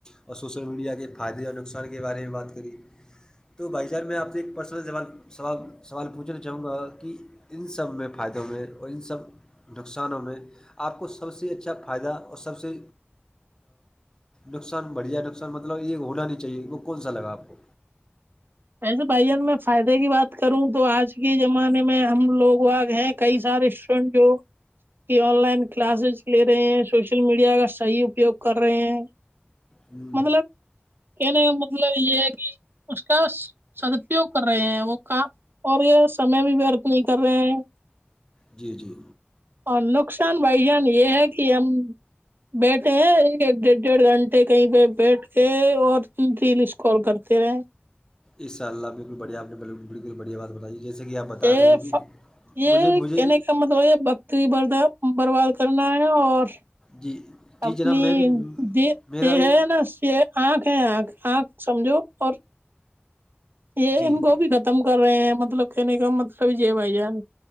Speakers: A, on the left; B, on the right.
A: اور سوشل میڈیا کے فائدے اور نقصان کے بارے میں بات کری تو بھائی جان میں اپنی ایک پرسنل زبان سوال سوال پوچھنا چاہوں گا کہ ان سب میں فائدوں میں اور ان سب نقصان کسانوں میں آپ کو سب سے اچھا فائدہ اور سب سے نقصان بڑھیا نقصان مطلب یہ ہونا نہیں چاہیے وہ کون سا لگا آپ کو
B: ایسے بھائی جان میں فائدے کی بات کروں تو آج کے زمانے میں ہم لوگ وہ ہیں کئی سارے اسٹوڈینٹ جو کہ آن لائن کلاسز لے رہے ہیں شوشل میڈیا کا صحیح اپیوگ کر رہے ہیں
A: ہوں
B: مطلب کھنے کا مطلب یہ ہے کہ اس سدپیوگ کر رہے ہیں وہ کام اور یہ سمے بھی ورت نہیں کر رہے ہیں
A: جی جی
B: اور نقصان بھائی جان یہ ہے کہ ہم بیٹھے ہیں ایک ایک ڈیڑھ ڈیڑھ گھنٹے کہیں پہ بیٹھ کے اور ریل اسکرول کرتے رہے
A: انشاء اللہ بالکل بڑیا آپ بالکل بڑیا بات بتائی جیسے کہ آپ بتا
B: یہ
A: رہے ہیں کہ
B: ف... یہ
A: مجھے مجھے
B: کہنے مطلب یہ بکت برد برباد کرنا ہے اور
A: جی جی
B: اپنی
A: جناب میں بھی
B: <unintelligible>
A: میرا بھی
B: آنکھ ہے آنکھ آنکھ سمجھو اور یہ
A: جی
B: ان کو بھی ختم کر رہے ہیں مطلب کہنے کا مطلب یہے بھائی جان